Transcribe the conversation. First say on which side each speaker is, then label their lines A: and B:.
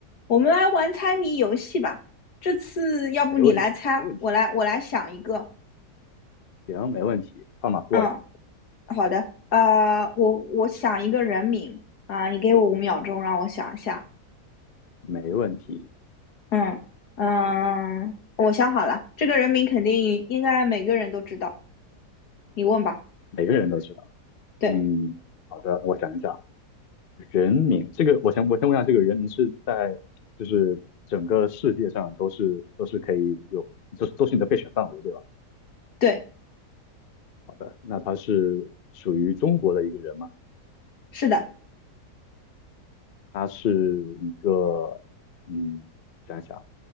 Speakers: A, on the left; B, on the left.
A: 我们来玩猜谜游戏吧。这次要不你来猜，
B: 没问题，没问题，
A: 我来我来想一个。
B: 行，没问题，放马过来，
A: 嗯，好的。呃，我我想一个人名啊，你给我五秒钟，让我想一下。
B: 没问题，
A: 嗯嗯，我想好了，这个人名肯定应该每个人都知道。你问吧。
B: 每个人都知道。
A: 对
B: 嗯，好的，我想一想，人名这个，我先我先问一下，这个人名是在就是整个世界上都是都是可以有，都都是你的备选范围，对吧？
A: 对，
B: 好的，那他是属于中国的一个人吗？
A: 是的，
B: 他是一个，嗯，想一想，